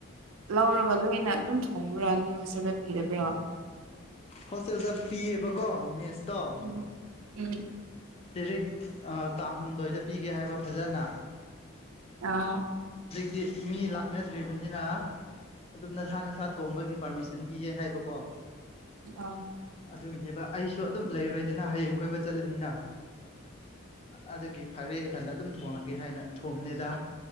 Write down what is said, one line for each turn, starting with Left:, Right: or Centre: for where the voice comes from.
Right: ꯂꯧꯔꯒ ꯂꯣꯏꯅ ꯑꯗꯨꯝ ꯊꯣꯡꯕ꯭ꯔ ꯅꯣꯏ ꯍꯣꯁꯇꯦꯜꯗ ꯄꯤꯗꯕ꯭ꯔ
Left: ꯍꯣꯁꯇꯦꯜꯗ ꯄꯤꯌꯦꯕꯀꯣ ꯃꯦꯁꯇꯣ
Right: ꯎꯝ ꯎꯝ
Left: ꯗꯤꯔꯦꯛ ꯑ ꯇꯥꯡ ꯍꯨꯝꯗꯣꯏꯗ ꯄꯤꯒꯦ ꯍꯥꯏꯕ ꯐꯖꯅ
Right: ꯑꯥ
Left: <unintelligible> ꯃꯤ ꯂꯥꯛꯅꯗ꯭ꯔꯤꯕꯅꯤꯅ ꯑꯗꯨꯝ ꯅꯁꯥ ꯅꯁꯥ ꯊꯣꯡꯕꯒꯤ ꯄꯥꯔꯃꯤꯁꯟ ꯄꯤꯌꯦ ꯍꯥꯏꯕꯀꯣ
Right: ꯑ
Left: ꯑꯗꯨꯒꯤꯅꯦꯕ ꯑꯩꯁꯨ ꯑꯗꯨꯝ ꯂꯩꯔꯣꯏꯗꯅ ꯍꯌꯦꯡ ꯀꯣꯏꯕ ꯆꯠꯂꯅꯤꯅ ꯑꯗꯨꯒꯤ ꯐꯔꯦ ꯏꯊꯟꯗ ꯑꯗꯨꯝ ꯊꯣꯡꯉꯒꯦ ꯍꯥꯏꯅ ꯊꯣꯝꯅꯤꯗ